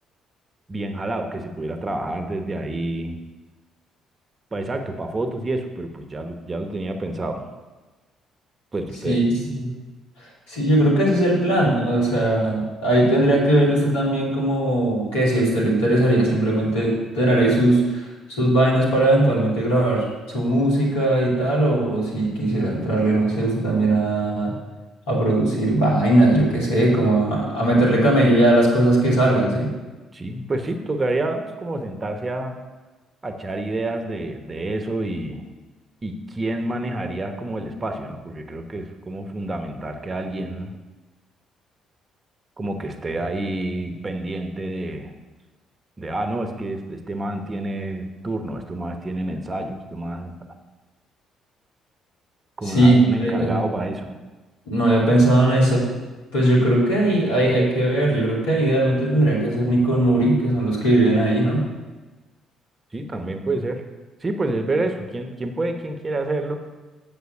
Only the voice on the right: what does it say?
bien jalado, que se pudiera trabajar desde ahí, pa exacto, para fotos y eso, pero pues ya lo, ya lo tenía pensado. Pues ustedes,
sí, pues sí, tocaría como sentarse a, a echar ideas de, de eso y, y quién manejaría como el espacio, ¿no? Porque creo que es como fundamental que alguien como que esté ahí pendiente de, de ah, no, es que este, este man tiene turno, estos manes tienen ensayo, estos manes, como
dejar un encargado
para eso.
Sí, también puede ser. Sí, pues es ver eso, quién, quién puede, quién quiere hacerlo.